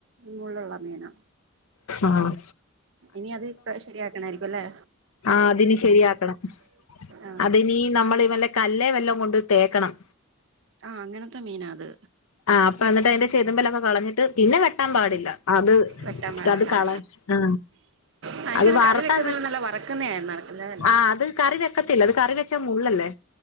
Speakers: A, on the right; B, on the left.
A: മുള്ളുള്ള മീനാ
B: ആഹ്
A: ഇനി അത് ഇപ്പ ശരിയാക്കണായിരിക്കും അല്ലേ
B: ആ അതിന് ശരിയാക്കണം
A: ആഹ്
B: അതിനി നമ്മൾ വല്ലെ കല്ലേ വല്ലോം കൊണ്ട് തേക്കണം
A: ആഹ് അങ്ങനത്തെ മീനാത്
B: ആഹ് അപ്പൊ എന്നിട്ട് അതിന്റെ ചേതുമമ്പലൊക്കെ കളഞ്ഞിട്ട് പിന്നെ വെട്ടാൻ പാടില്ല അത്
A: വെട്ടാൻ പാടില്ല
B: അത് കള ആ
A: ആ എനിക്കൊന്ന്
B: അത് വറത്ത
A: കറി വെക്കുന്നല്ല നല്ല വറക്കുന്നതായിരുന്നു നടക്കുന്നതല്ലേ
B: ആ അത് കറി വെക്കത്തില്ല അത് കറി വെച്ചാ മുള്ളല്ലേ